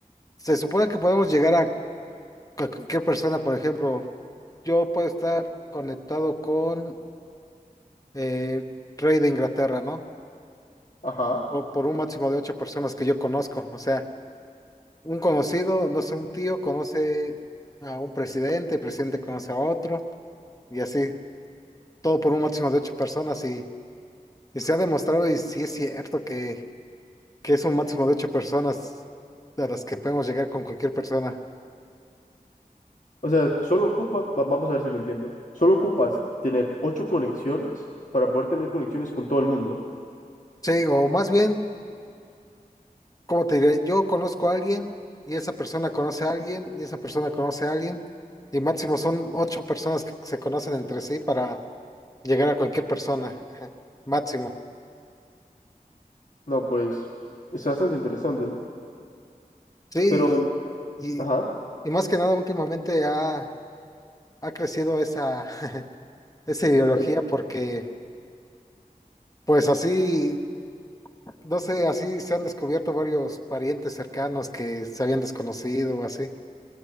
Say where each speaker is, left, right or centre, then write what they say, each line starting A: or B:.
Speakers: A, on the left; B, on the left.
A: se supone que podemos llegar a, cu- cualquier persona, por ejemplo, yo puedo estar conectado con eh, rey de Inglaterra, ¿no?
B: Ajá.
A: O por un máximo de ocho personas que yo conozco, o sea, un conocido, no sé, un tío conoce a un presidente, el presidente conoce a otro, y así, todo por un máximo de ocho personas y... Y se ha demostrado, y sí es cierto, que, que es un máximo de ocho personas a las que podemos llegar con cualquier persona.
B: O sea, solo ocupa, va- vamos a ver si lo entiendo. Solo ocupas tener ocho conexiones para poder tener conexiones con todo el mundo.
A: Sí, o más bien, ¿cómo te diré? Yo conozco a alguien, y esa persona conoce a alguien, y esa persona conoce a alguien, y máximo son ocho personas que se conocen entre sí para llegar a cualquier persona. ajá, Máximo.
B: No, pues, es bastante interesante, ¿no?
A: Sí,
B: Pero,
A: y,
B: ajá.
A: y, y más que nada últimamente ha, ha crecido esa, <laughs> esa ideología
B: Exacto.
A: porque, pues así. No sé, así se han descubierto varios parientes cercanos que se habían desconocido o así.